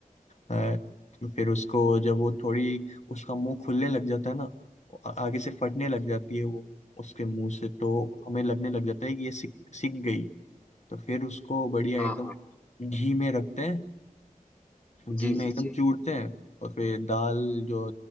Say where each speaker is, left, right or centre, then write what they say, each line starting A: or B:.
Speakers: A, on the left; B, on the left.
A: हाँ, तो फिर उसको जब वो थोड़ी उसका मुंह खुलने लग जाता है ना आ- आगे से फटने लग जाती है वो उसके मुंह से तो हमें लगने लग जाता है कि ये सिक सिक गई तो फिर उसको बढ़िया
B: हाँ
A: एकदम
B: हाँ
A: घी में रखते हैं घी
B: जी
A: में
B: जी
A: एकदम
B: जी
A: चूरते हैं और फिर दाल जो